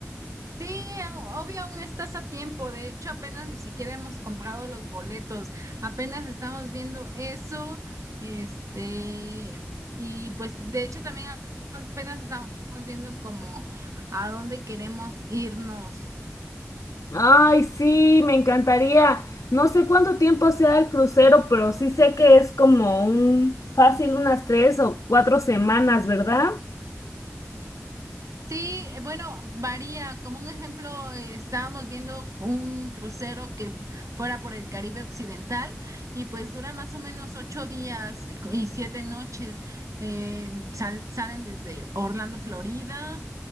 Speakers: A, on the right (about 80°); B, on the left (about 85°).
A: Sí, au- obvio, aún estás a tiempo. De hecho, apenas ni siquiera hemos comprado los boletos. Apenas estamos viendo eso. Este, y pues de hecho también a- apenas estamos viendo como a dónde queremos irnos.
B: Ay, sí, me encantaría. No sé cuánto tiempo sea el crucero, pero sí sé que es como un fácil unas tres o cuatro semanas, ¿verdad?
A: Sí, eh, bueno, varía. Como un ejemplo, eh, estábamos viendo un crucero que fu- fuera por el Caribe Occidental y pues dura más o menos ocho días eh, co- y siete noches. Eh, sal- salen desde Orlando, Florida